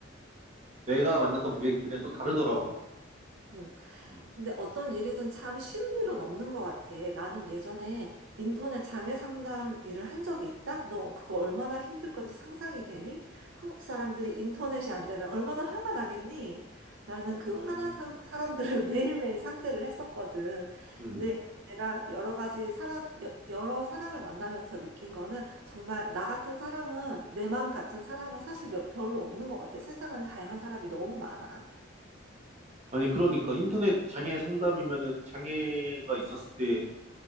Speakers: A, on the right; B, on the right.
A: 내가 만났던 고객들이랑 또 다르더라고.
B: 음.
A: 음.
B: 근데 어떤 일이든 참 쉬운 일은 없는 것 같아. 나는 예전에 인터넷 장애 상담 일을 한 적이 있다? 너 그거 얼마나 힘들 건지 상상이 되니? 한국 사람들이 인터넷이 안 되면 얼마나 화가 나겠니? 나는 그
A: 어,
B: 화난
A: 음.
B: 상- 사람들을 <laughs> 매일매일 상대를 했었거든.
A: 음.
B: 근데 내가 여러 가지 사람, 여, 여러 사람을 만나면서 느낀 거는 정말 나 같은 사람은, 내 마음 같은 사람은 사실 몇- 별로 없는 것 같아. 세상은 다양한 사람이 너무 많아.
A: 아니, 그러니까 인터넷 장애 상담이면은 장애가 있었을 때